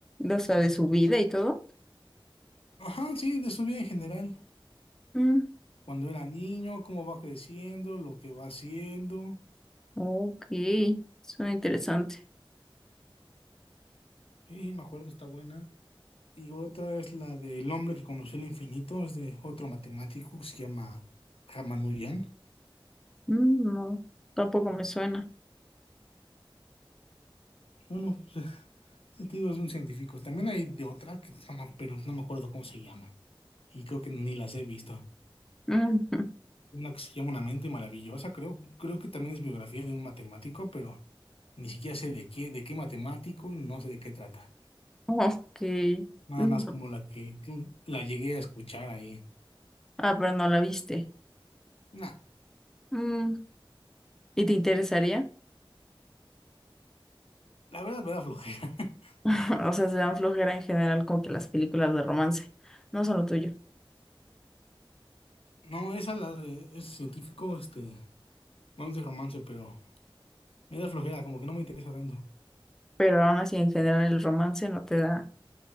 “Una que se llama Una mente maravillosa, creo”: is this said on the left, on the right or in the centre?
Left